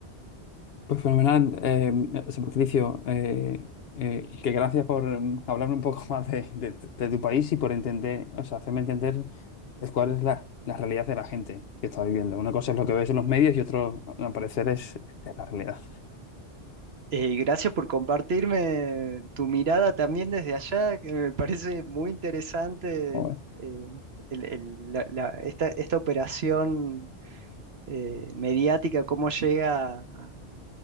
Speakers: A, on the left; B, on the right.
A: Pues fenomenal, eh, José Patricio, eh, eh, que gracias por mm, hablarme un poco <laughs> más de, de- de tu país y por entender, o sea, hacerme entender es cuál es la, la realidad de la gente que está viviendo. Una cosa es lo que ves en los medios y otro, al parecer, es, es la realidad.
B: eh, gracias por compartirme tu mirada también desde allá, que me parece muy interesante
A: Bueno,
B: eh, el- el- la- la- esta, esta operación eh, mediática, cómo llega a-